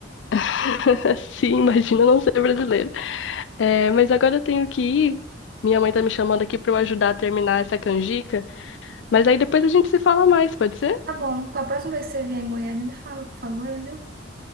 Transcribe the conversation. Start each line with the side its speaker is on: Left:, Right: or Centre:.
Left: <laughs> sim, imagina eu não ser brasileiro. É, mas agora eu tenho que ir. Minha mãe tá me chamando aqui pra eu ajudar a terminar essa canjica. Mas aí depois a gente se fala mais, pode ser?
Right: Tá bom, com a próxima vez que você vier em Goiânia, me fala, por favor, viu?